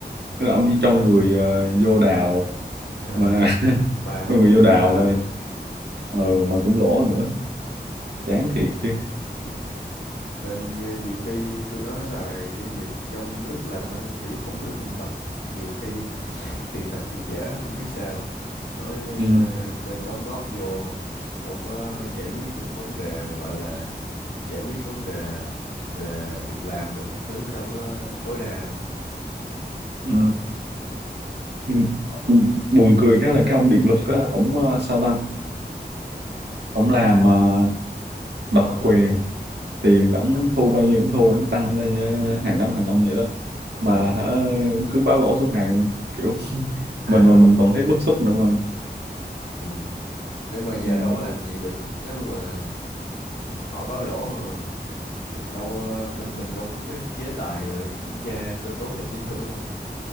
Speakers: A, on the right; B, on the left.
A: Tức là ông chỉ cho người ờ, vô đào
B: <laughs> Ờ,
A: mà <laughs>
B: mà thôi
A: người
B: mà cũng
A: vô đào
B: lỗ
A: là
B: nữa
A: ờ, mà cũng lỗ nữa
B: <laughs>
A: chán thiệt chứ
B: Ừ. nên ờ, nhiều khi tôi nói là doanh nghiệp trong nước làm ăn kiểu không có được minh bạch nhiều khi tiền thật tiền giả không biết sao nói
A: ừ,
B: ờ, nên đóng góp vô đâu có giải quyết được vấn đề gọi là giải quyết vấn đề về việc làm được các thứ nó đâu có tối đa đâu
A: ừ. Ừ. Ừ. buồn cười khác là cái ông điện lực á ổng ờ, sao ta ổng làm ờ, độc quyền tiền ổng thu bao nhiêu cũng thu ổng tăng lên ờ, hàng năm hàng năm vậy đó mà
B: ờ
A: hả, cứ báo lỗ suốt ngày kiểu <laughs>
B: <laughs>
A: mình mà mình còn thấy bức xúc nữa mà
B: ừ. nếu mà giờ
A: ừ.
B: đâu có làm gì được nếu mà họ báo lỗ đâu bên mình đâu có cái chế tài rồi kiểm tra cơ cấu tài chính đâu đúng không